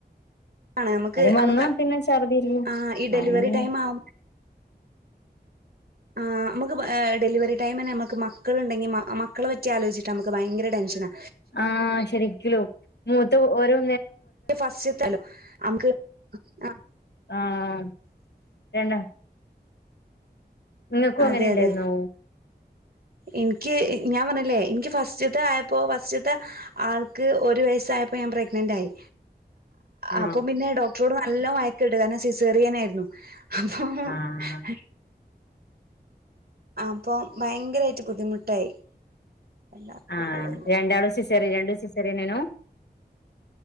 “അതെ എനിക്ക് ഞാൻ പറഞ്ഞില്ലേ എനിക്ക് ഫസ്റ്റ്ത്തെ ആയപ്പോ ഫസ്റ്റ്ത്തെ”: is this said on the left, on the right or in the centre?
Right